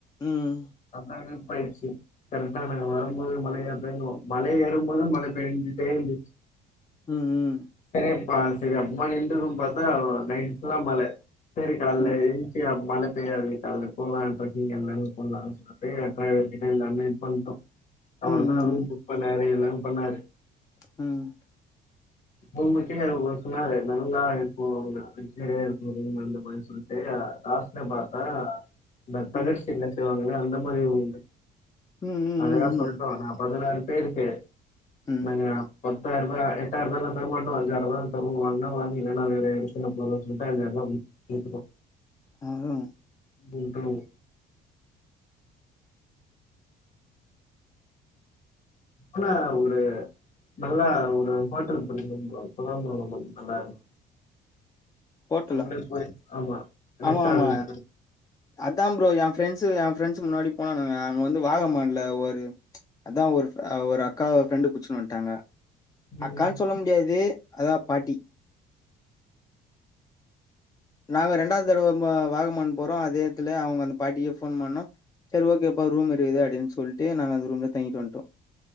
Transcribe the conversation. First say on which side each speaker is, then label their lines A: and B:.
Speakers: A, on the left; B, on the left.
A: ம்
B: அதா ஹெல்ப்பாயிடுச்சு கரெக்டா நாங்க வரும்போது மழைய ஏ மல ஏறும் போது மழ பேஞ்சிட்டே இருந்துச்சு
A: ம் ம்
B: சரிப்பா சரி அப்பமா நின்றும் பாத்தா நைட்டு ஃபுல்லா மழ சரி கால்ல
A: ம்
B: ஏன் எப்டி அப் மழ பெய்யாது கால்ல போலா ட்ரக்கிங் எல்லாமே போலா அப்பே அட்சர கிட்ட எல்லாமே இது பண்டோ அவர்
A: ம்
B: தா ரூம்
A: ம்
B: புக் பண்ணாரு எல்லாம் பண்ணாரு
A: ம்
B: மூனுமணிக்கே அவரு சொன்னாரு நல்லா இருக்கு லக்ஜரியா இருக்கு ரூம் அந்த மாரி சொன் டேயா லாஸ்ட்ல பாத்த இந்த தகர்
A: ம் ம்
B: சிட்ல செய்வாங்கல்ல அந்த மாரி உண்டு
A: ம்
B: அததா
A: ம்
B: சொ
A: ம்
B: நண்பா நா பதினாரு பேருக்கு
A: ம்
B: நாங்க பத்தாயிர ருபா எட்டாயிருபா லா தரமாட்டோ அஞ்சாயிரருபாதா தருவோ வேன்னா வாங்கிகோ இல்லைன்னா வேற யார் ஆச்சும் <unintelligible> கேட்டுக்கோ
A: அதா
B: வுண்டோ ஆனா ஒரு நல்லா ஒரு ஹோட்டல் புடிக்கனு ப்ரோ அப்பதா ப்ரோ ரொம்ப நல்லா இருக்
A: ஹோட்டலா
B: அவங்களே போய் ஆமா ரெஸ்டாரன்ட்
A: ஆமா ஆமா அதா ப்ரோ எ ஃரெண்ட்ஸு எ ஃப்ரெண்ட்ஸ் முன்னாடி போனானுங்க அங்க வந்து வாக மான்ல ஒரு அதா ஒரு ஒரு அக்கா கண்டு புடிச்சுனு வன்ட்டாங்க
B: ம்
A: அக்கான்னு சொல்ல ஏது அதா பாட்டி நாங்க ரெண்டாவது தடவ ம வாகமண் போறோ அதேத்துல அவுங்க அந்த பாட்டிக்கே ஃபோன் பண்ணோ சரி ஓகேப்பா ரூம் இருக்குது அப்டின்னு சொல்ட்டு நாங்க அந்த ரூம்லே தங்கிட்டு வன்ட்டோ